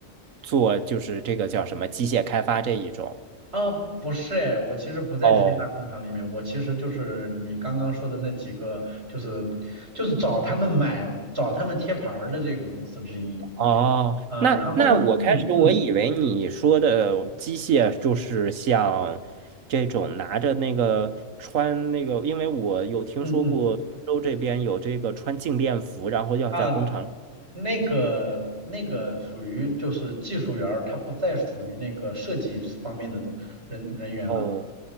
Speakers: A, on the right (about 75°); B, on the right (about 50°).
A: 做就是这个叫什么机械开发这一种。
B: 啊，不是哎，我其实不在这些大工厂里面，
A: 哦
B: 我其实就是你刚刚说的那几个，就是就是找他们买、找他们贴牌儿的这个公司之一。
A: 哦，
B: 啊。
A: 那那我开始我以为你说的机械就是像这种拿着那个穿那个，
B: 然后呢，嗯嗯
A: 因为我有听说过苏州这边有这个穿静电服，
B: 嗯嗯，
A: 然后要在工厂里。
B: 啊，那个那个属于就是技术员儿，他不再属于那个设计方面的东人人员了，
A: 哦